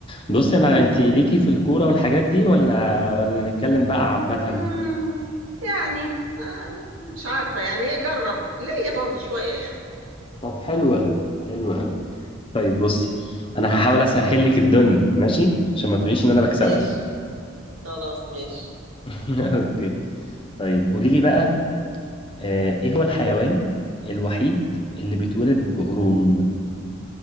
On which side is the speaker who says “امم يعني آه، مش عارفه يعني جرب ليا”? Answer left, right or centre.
Right